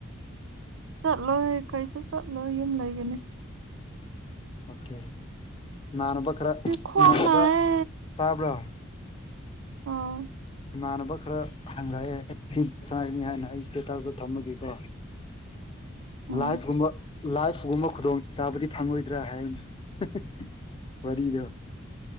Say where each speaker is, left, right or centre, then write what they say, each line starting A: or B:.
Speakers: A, on the right (about 70°); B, on the left (about 25°).
A: ꯆꯠꯂꯣꯏ ꯀꯩꯁꯨ ꯆꯠꯂꯣꯏ ꯌꯨꯝ ꯂꯩꯒꯅꯤ
B: ꯑꯣꯀꯦ ꯏꯃꯥꯟꯅꯕ ꯈꯔ
A: ꯈ꯭ꯋꯥꯡ
B: ꯏꯃꯥꯟꯅꯕ
A: ꯅꯥꯏꯌꯦ
B: ꯇꯥꯕ꯭ꯔ
A: ꯑꯥ
B: ꯏꯃꯥꯟꯅꯕ ꯈꯔ ꯍꯪꯔꯛꯑꯦ ꯑꯦ ꯁꯤ ꯁꯥꯏꯅꯤ ꯍꯥꯏꯅ ꯑꯩ ꯏꯁꯇꯦꯇꯁꯇ ꯊꯝꯃꯒꯦꯀꯣ
A: ꯎꯝ
B: ꯂꯥꯏꯐ ꯀꯨꯝꯕ ꯂꯥꯏꯐꯒꯨꯝꯕ ꯈꯨꯗꯣꯡ ꯆꯥꯕꯗꯤ ꯐꯪꯔꯣꯏꯗ꯭ꯔꯥ ꯍꯥꯏꯅꯤ ꯍ ꯍ ꯋꯥꯔꯤꯗꯣ